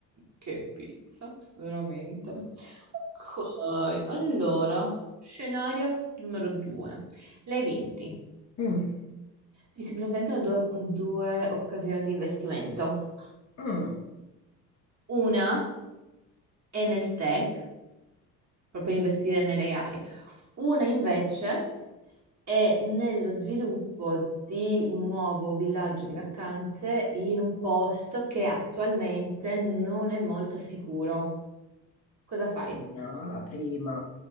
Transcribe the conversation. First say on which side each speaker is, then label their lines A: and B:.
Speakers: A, on the right; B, on the left.
A: Che pizza, veramente. Ok, allora, scenario numero due. Lei vinti.
B: Eh. Mm,
A: Ti si presentano due, due occasioni di investimento.
B: mm.
A: Una è nel tech, proprio investire nelle AI. Una invece è nello sviluppo di un nuovo villaggio di vacanze in un posto che attualmente non è molto sicuro. Cosa fai?
B: No, la prima.